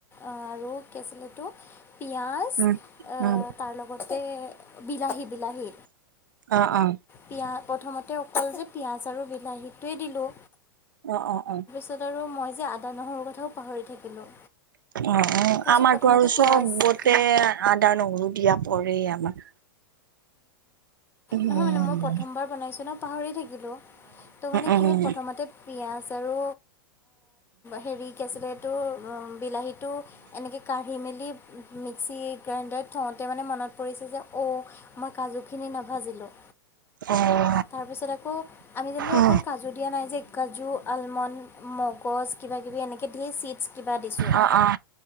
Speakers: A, on the left (about 20°); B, on the right (about 65°).
A: আৰু কি আছিল এইটো পিঁয়াজ
B: উম উম
A: তাৰ লগত তে বিলাহী বিলাহী।
B: অ অ অ
A: পিঁয়া প্ৰথমতে অকল যে পিঁয়াজ আৰু বিলাহীটোৱেই দিলোঁ।
B: অ', অ', অ'।
A: পিছত আৰু মই যে আদা, নহৰু কথাও পাহৰি থাকিলোঁ।
B: অ'
A: তাৰপিছত
B: আমাৰতো
A: প্ৰথমতে
B: আৰু চবতে
A: পিঁয়াজ
B: আদা, নহৰু দিয়া পৰেই আমাৰ। উম
A: নহয়
B: উম
A: মানে মই প্ৰথমবাৰ
B: উম উম
A: বনাইছোঁ ন' পাহৰি থাকিলোঁ ত' মানে
B: উম অ উম
A: কি হ'ল প্ৰথমতে পিয়াঁজ আৰু হেৰি কি আছিলে এইটো, বিলাহীটো এনেকৈ কাঢ়ি মেলি মিক্সি গ্ৰাইণ্ডাৰত থওঁতে মানে মনত পৰিছে যে অ'। মই কাজুখিনি নাভাজিলোঁ।
B: অ'।
A: তাৰপিছত আকৌ আমি যেনিবা অকল
B: অ
A: কাজু দিয়া নাই যে, কাজু, আলমণ্ড, মগজ কিবা কিবি এনেকে ধেৰ চিট কিবা দিছোঁ।
B: অঁ অঁ।